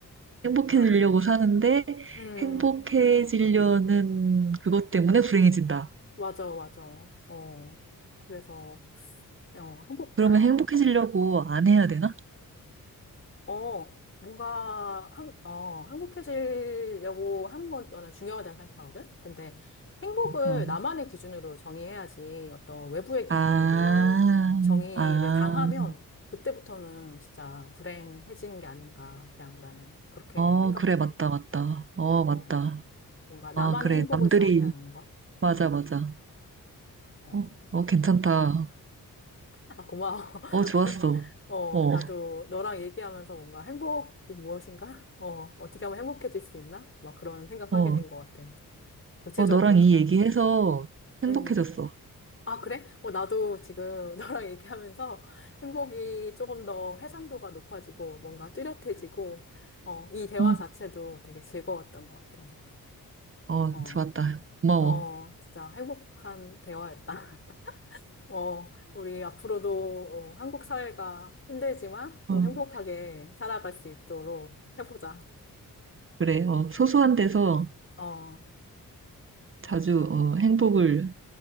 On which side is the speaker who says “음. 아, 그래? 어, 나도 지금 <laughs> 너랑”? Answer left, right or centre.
Left